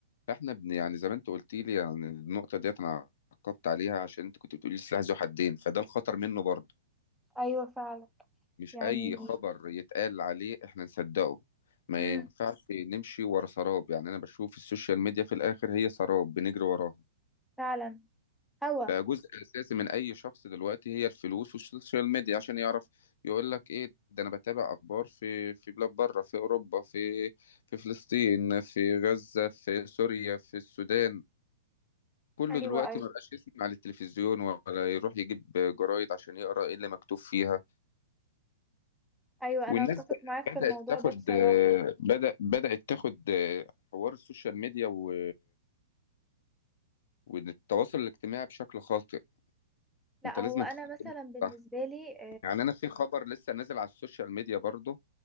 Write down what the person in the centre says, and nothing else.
ايوه فعلا
يعني
امم
فعلا هوا
ايوه
ايوه
ايوه
انا اتفق معاك في
الموضوع
ده بصراحة
لا
هو
انا
مثلا بالنسبة
لي